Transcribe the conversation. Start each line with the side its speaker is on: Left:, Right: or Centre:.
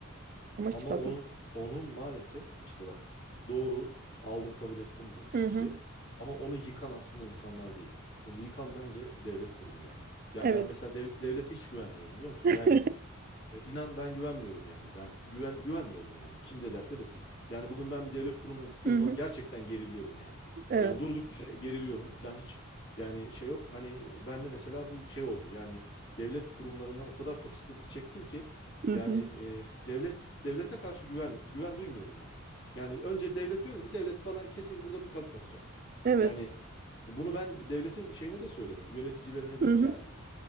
Right: Ama
Left: Ama
Right: kitapta...
Left: onun onun maalesef işte bak doğru aldım kabul ettim bu fikri.
Right: Hı hı.
Left: Ama onu yıkan aslında insanlar değil. Onu yıkan bence devlet kurumu yani. Yani
Right: Evet.
Left: ben mesela dev- devlete hiç güvenmiyorum biliyor musun?
Right: <laughs>
Left: Yani e, inan ben güvenmiyorum yani. Ben güven güvenmiyorum yani. Kim de derse desin. Yani bugün ben bir devlet kurumuna gittiğim
Right: Hı
Left: zaman
Right: hı.
Left: gerçekten geriliyorum yani.
Right: Evet.
Left: Yani durduk yere geriliyorum falan hiç yani şey yok. Hani ben de mesela bu şey oldu. Yani devlet kurumlarından o kadar çok sıkıntı çektim ki
Right: Hı
Left: yani
Right: hı.
Left: e, devlet devlete karşı güven güven duymuyorum ben. Yani önce devlet diyorum ki devlet bana kesin burada bir kazık atacak.
Right: Evet.
Left: Yani bunu ben devletin şeyine de söyledim. Yöneticilerine de
Right: Hı
Left: yani
Right: hı.